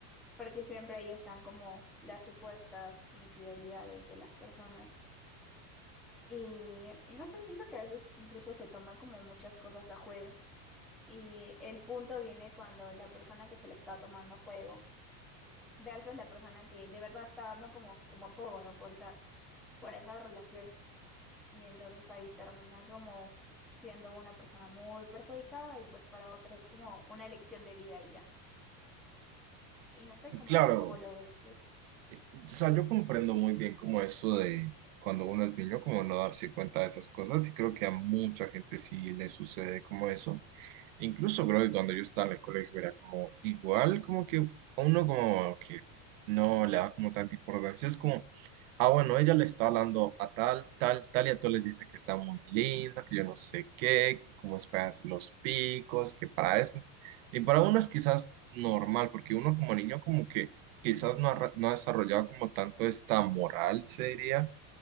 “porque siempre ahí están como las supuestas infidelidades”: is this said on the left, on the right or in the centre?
Centre